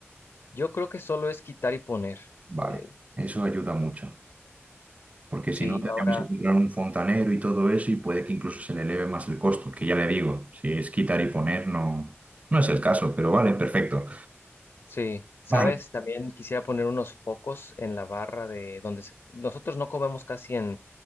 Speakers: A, on the left; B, on the right.
A: Yo creo que solo es quitar y poner.
B: Vale,
A: Eh,
B: eso ayuda mucho, porque
A: sí,
B: si no tendríamos
A: ahora.
B: que comprar un fontanero y todo eso y puede que incluso se le eleve más el costo, que ya le digo, si es quitar y poner no, no es el caso, pero vale, perfecto.
A: Sí, sabes,
B: Vale,
A: también quisiera poner unos focos en la barra de donde se- nosotros no comemos casi en,